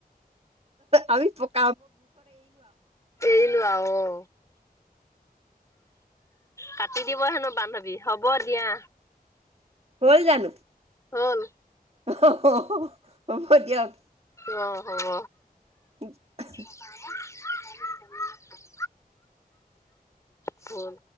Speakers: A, on the right (about 40°); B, on the left (about 20°).
A: আমি প
B: এইলো আও অ কাটি দিব হেনো বান্ধৱী হ'ব দিয়া
A: হ'ল জানো
B: হ'ল ।
A: অহ হ অ হ'ব দিয়ক
B: অ হব
A: উ <unintelligible>
B: <unintelligible> ফুল